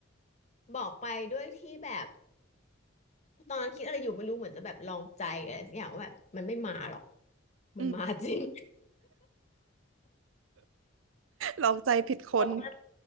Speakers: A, on the left (about 35°); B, on the right (about 85°).
A: บอกไปด้วยที่แบบตอนนั้นคิดอะไรอยู่ไม่รู้เหมือนจะแบบลองใจอะไรสักอย่างว่าแบบมันไม่มาหรอกมันมาจริง
B: อืมลองใจผิดคน
A: <laughs> ออกมา